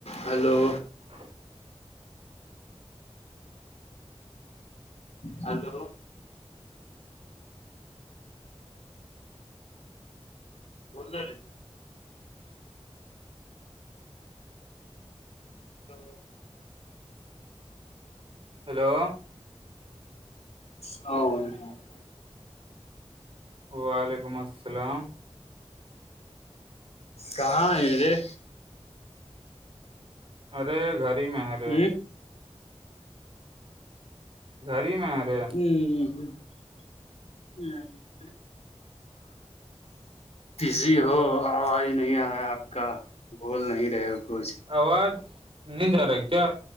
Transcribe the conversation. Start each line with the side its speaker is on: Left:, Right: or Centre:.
Left: Hello
Right: ہاں
Left: hello بول hello
Right: hello
Left: <unintelligible>
Right: وعلیکم السلام-
Left: کہاں یہیرے
Right: ارے گھر ہی میں ہے رے
Left: ہی
Right: گری میں ارے-
Left: ہ ہ ہ ہ بزی ہو آواز نہیں آ رہا ہے آپ کا- بول نہیں رہ کچھ
Right: آواز نہیں جا رہا کیا